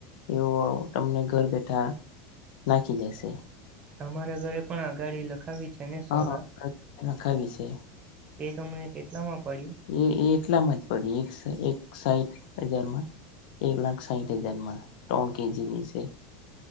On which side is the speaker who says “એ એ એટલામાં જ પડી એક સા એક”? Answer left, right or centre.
Left